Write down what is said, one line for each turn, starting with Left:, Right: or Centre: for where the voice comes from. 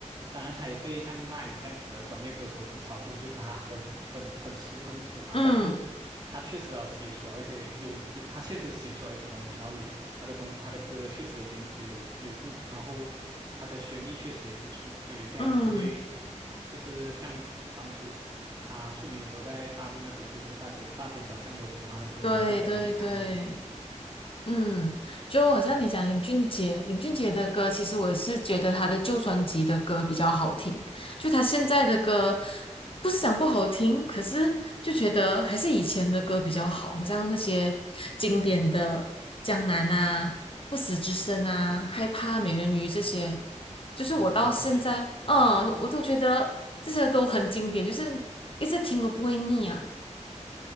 Right: 当然他也被像那英这样子的专业歌手吐槽过，就是他很很很俗很土嘛，
Left: 嗯
Right: 但是他确实要写出来一些有有，他确实写出来一些东西，然后也他的东他的歌确实也言之有有物，然后他的旋律确实也不错，对，不然不会
Left: 嗯，
Right: 就是像当初。他出名的时候，在大陆那边就是大街大街小巷都播他的歌，
Left: 对对对。
Right: 然后大家都会唱这样子。
Left: 嗯，就好像你讲林俊杰，林俊杰的歌，其实我也是觉得他的旧专辑的歌比较好听。就他现在的歌，不是讲不好听，可是就觉得还是以前的歌比较好，好像那些经典的《江南》啊、《不死之身》啊、《害怕美人鱼》这些，
Right: 嗯。
Left: 就是我到现在，
Right: 嗯，你讲的这些我也蛮喜欢。
Left: 嗯，我都觉得这些都很经典，就是一直听都不会腻啊。